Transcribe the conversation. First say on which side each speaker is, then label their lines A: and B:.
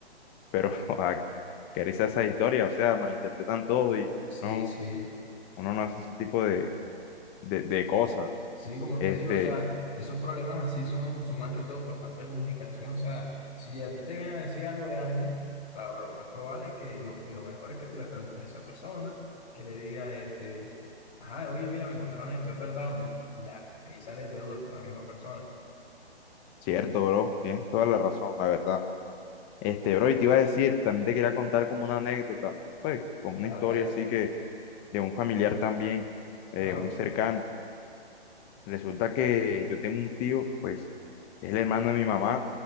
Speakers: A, on the left; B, on the left.
A: pero <laughs> a quererse a esa historia, o sea, malinterpretan todo y
B: Sí,
A: no,
B: sí.
A: uno no hace ese tipo de, de, de cosas.
B: Sí, como
A: Este,
B: te digo, o sea, esos problemas así son, son más que todo por falta de comunicación. O sea, si a ti te viene a decir algo de alguien, claro, lo más probable es que, y lo, y lo mejor es que tú le preguntes a esa persona, que le diga, este, ajá, oye, mira, me contaron esto, ¿es verdad o no? Y Ya, ahí sales de dudas con la misma persona.
A: cierto, bro, tienes toda la razón, la verdad. Este, bro, y te iba a decir, también te quería contar como una anécdota, pues, como una
B: Dale,
A: historia
B: dale,
A: así que de un familiar también,
B: claro,
A: eh, muy cercano. Resulta que yo tengo un tío, pues, es el hermano de mi mamá